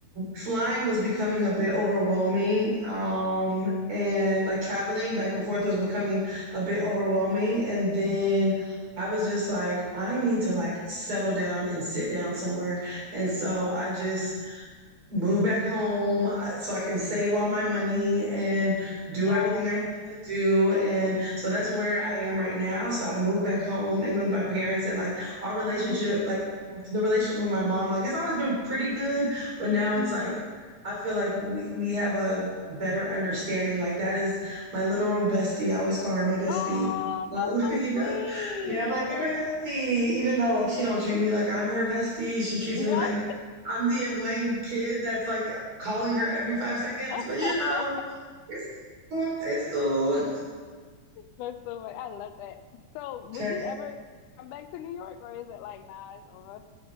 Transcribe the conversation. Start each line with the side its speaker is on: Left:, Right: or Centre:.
Right: flying was becoming a bit overwhelming. Um, and like traveling back and forth was becoming a bit overwhelming. And then I was just like, I need to like settle down and sit down somewhere. And so I just move back home uh, so I can save all my money and do
Left: Yes.
Right: everything I needed to do. And so
Left: Mhm.
Right: that's where I am right now. So I moved back home in with my parents and like our relationship,
Left: Mhm.
Right: like the relationship with my mom, like it's always been pretty good, but now it's
Left: Mhm.
Right: like I feel like we, we have a better understanding. Like that is my literal bestie. I always call her my bestie.
Left: Oh,
Right: <laughs>
Left: that's so
Right: you know,
Left: sweet.
Right: yeah, I'm like you're my bestie, even though like she don't treat me like I'm her bestie. She treats
Left: Right?
Right: me like I'm the annoying kid that's like calling her every five seconds,
Left: <laughs>
Right: but you know, it's, it's cool.
Left: That's so funny. I love that. So, would
Right: Okay.
Left: you ever come back to New York, or is it like, nah, it's over?